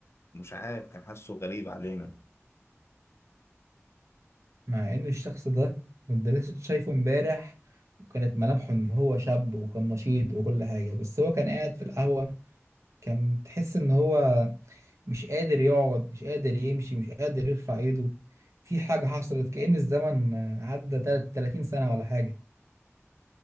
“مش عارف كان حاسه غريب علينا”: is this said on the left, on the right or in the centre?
Left